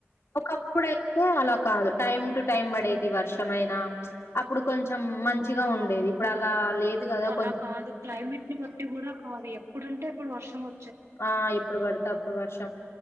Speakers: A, on the left; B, on the right.
A: ఒకప్పుడయితే అలా కాదు టైం టు టైం పడేది వర్షం అయినా అప్పుడు కొంచెం మంచిగా ఉండేది ఇప్పుడు అలా
B: ఆ
A: లేదు
B: ఇప్పుడు
A: కదా
B: అలా
A: కొంచెం
B: కాదు క్లైమేట్ ని బట్టి కూడా కాదు ఎప్ ప్పుడంటే ఎప్పుడు వర్షం వ
A: ఆ ఇప్పుడు పడతే అప్పుడు వర్షం